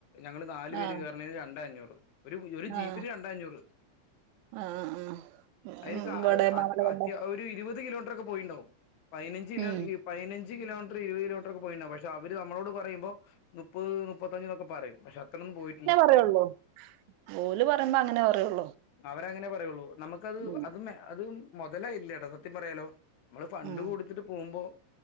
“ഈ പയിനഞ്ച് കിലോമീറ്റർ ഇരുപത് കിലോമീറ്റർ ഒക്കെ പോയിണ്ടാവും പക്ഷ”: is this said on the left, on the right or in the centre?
Left